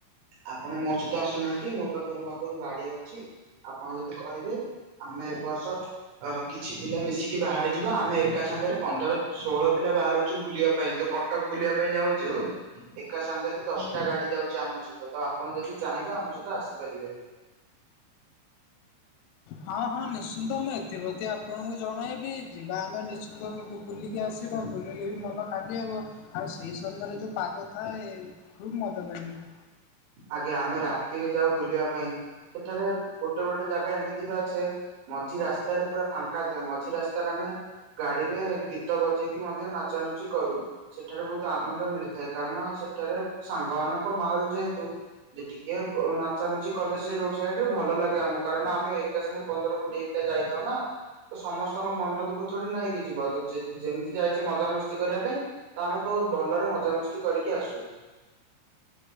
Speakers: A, on the right; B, on the left.
A: ଆପଣ ମୋ ସହିତ ଆସୁନାହାନ୍ତି ମୋ ପାଖରେ ମଧ୍ୟ ଗାଡି ଅଛି। ଆପଣ ଯଦି କହିବେ ଆମେ ଏ ବର୍ଷ ଅହ କିଛି ପିଲା ମିଶି ମିସିକି ବାହାରି ଯିବା ଆମେ ଏକା ସାଙ୍ଗରେ ପନ୍ଦର ଷୋହଳ ପିଲା ବାହାରୁଛୁ ବୁଲିବା ପାଇଁ ଯୋଉ କ କଟକ ବୁଲିବା ପାଇଁ ଯାଉଛୁ ଏକା ସାଙ୍ଗରେ ଦଶଟା
B: ହୁଁ।
A: ଗାଡି ଯାଉଛି ଆମ ସହିତ ତ ଆପଣ ଯଦି ଚାହିଁବେ ଆମ ସହିତ ଆସିପାରିବେ।
B: ହଁ ହଁ ନିଶ୍ଚିନ୍ତ ମୁଁ ଏଥି ପ୍ରତି ଆପଣଙ୍କୁ ଜଣେଇବି ଯିବା ଆମେ ନିଶ୍ଚିନ୍ତ ମୁ ବୁଲିକି ଆସ ଯିବ ବୁଲିଲେ ବି ମନ ଖାଲି ହବ। ଆଉ ସେଇ ସମୟରେ ଯୋଉ ପାଗ ଥାଏ ଖୁବ୍ ମଜା ଲାଗିବ।
A: ଆଜ୍ଞା ଆମେ ରାତିରେ ଯାଉ ବୁଲିବା ପାଇଁ ସେଠାରେ ଗୋଟେ ଗୋଟେ ଜାଗା ଏମିତି ବି ଅଛି ମଝି ରାସ୍ତାରେ ପୁରା ଫାଙ୍କା ଥାଏ ମଝି ରାସ୍ତାରେ ଆମେ ଗାଡିରେ ଗୀତ ବଜେଇକି ମଧ୍ୟ ନାଚାନଚି କରୁ। ସେଠାରେ ବହୁତ ଆନନ୍ଦ ମିଳିଥାଏ କାରଣ ସେଠାରେ ସାଙ୍ଗମାନଙ୍କ ମାହଲ ଯେହେତୁ ଯେ ଟିକେ ନାଚାନୁଚି କଲେ ସେ ରୋଡ ସାଇଡରେ ଭଲ ଲାଗେ ଆମକୁ କାରଣ ଆମେ ଏକା ସାଙ୍ଗେ ପନ୍ଦର କୋଡିଏ ପିଲା ଯାଇଥାଉ ନା। ତ ସମସ୍ତଙ୍କ ମନ ଦୁଃଖ ଥୋଡି ନା ହେଇକି ଯିବ ତ ଯେମିତି ଯାଇଛେ଼ ମଜାମସ୍ତି କରିବା ପାଇଁ। ତ ଆମେ ବହୁତ ଭଲରେ ମଜାମସ୍ତି କରିକି ଆସୁ।